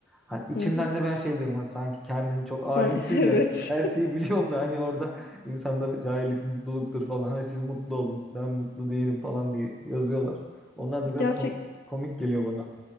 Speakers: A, in the centre; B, on the left.
A: Hani içimden
B: Hı hı.
A: de ben şey diyorum hani sanki kendini çok
B: Sen,
A: alimsin
B: <laughs> evet.
A: de her şeyi biliyorsun da hani orada insanlara cahillik mutluluktur falan hani siz mutlu olun ben mutlu değilim falan diye yazıyorlar. Onlar da biraz
B: Gerçek
A: kom- komik geliyor bana.